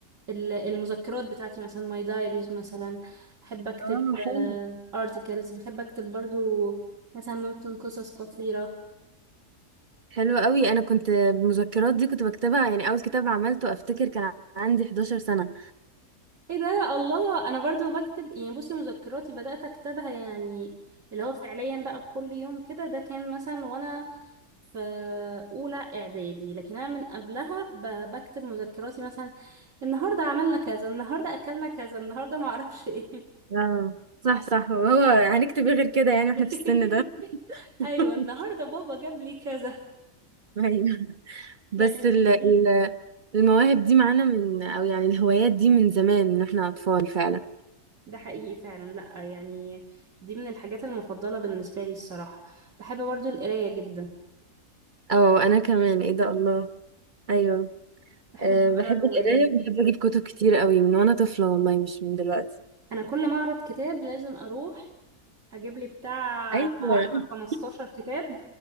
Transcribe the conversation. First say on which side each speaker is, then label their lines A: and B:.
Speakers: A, on the right; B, on the right.
A: ال- المذكرات بتاعتي مثلا ماي دايريز مثلا بحب اكتب
B: اه حلو
A: ارتكلز بحب اكتب برضو مثلا ممكن قصص قصيرة
B: حلوة قوي انا كنت المذكرات دي كنت بكتبها يعني اول كتاب عملته افتكر كان عندي 11 سنة
A: ايه ده الله انا برضو بكتب يعني بصي مذكراتي بدأت اكتبها يعني اللي هو فعليا بقى بكل يوم كده ده كان مثلا وانا في اولى اعدادي لكن انا من قبلها ب- بكتب مذكراتي مثلا النهارده عملنا كذا النهارده اكلنا كذا النهارده ما اعرفش ايه
B: اه صح صح وهو هنكتب ايه غير كده يعني واحنا
A: <laughs>
B: في السن ده
A: ايوه
B: <laughs>
A: النهارده بابا جاب لي كذا
B: ايوه بس
A: لا كانت
B: ال
A: لذيذه
B: ال المواهب دي معانا من او يعني الهوايات دي من زمان من احنا اطفال فعلا
A: ده حقيقي فعلا لا يعني دي من الحاجات المفضله بالنسبه لي الصراحه بحب برضو القرايه جدا
B: او انا كمان ايه ده الله ايوه
A: بحب
B: أه
A: اقرا
B: بحب
A: روايات
B: القراية وبحب اجيب كتب كتير قوي من وانا طفلة والله مش من دلوقتي
A: انا كل معرض كتاب لازم اروح اجيب لي بتاع
B: ايوه
A: 10
B: <laughs>
A: 15 كتاب